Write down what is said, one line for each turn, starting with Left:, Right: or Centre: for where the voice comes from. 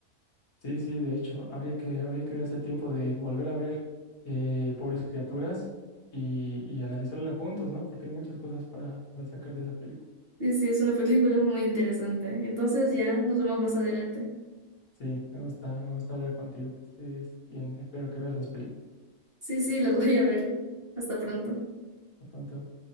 Left: Sí, sí, de hecho, habría que, habría que darse el tiempo de volver a ver eh, Pobres Criaturas y, y analizarla juntos, ¿no? Porque hay muchas cosas para, para sacar de esa película.
Right: Sí, sí, es una <laughs> película muy interesante. Entonces ya nos vemos más adelante.
Left: Sí, me gusta, me gusta hablar contigo, que estés bien. Espero que veas las películas
Right: Sí, sí, las voy a ver. Hasta pronto.
Left: pronto.